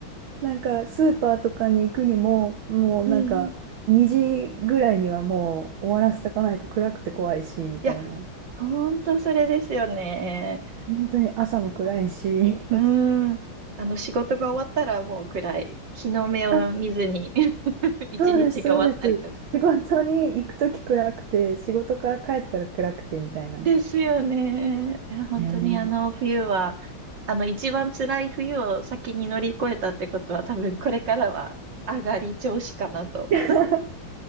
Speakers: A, on the right; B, on the right.
A: なんかスーパーとかに行くにも、もうなんか2時ぐらいにはもう終わらせとかないと暗くて怖いし、
B: うん。
A: みたいな。
B: いや、ほんとそれですよね。
A: 本当に朝も暗いし。<laughs>
B: うん。あの、仕事が終わったらもう暗い。日の目を見ずに
A: あ、
B: <laughs> 一日が終わったりとか。
A: そうです、そうです。<laughs> 仕事に行くとき暗くて、仕事から帰ったら暗くて、みたいな。
B: ですよね。いや本当にあの冬は、
A: ねえ。
B: あの一番辛い冬を先に乗り越えたってことは多分これからは上がり調子かなと。
A: <laughs>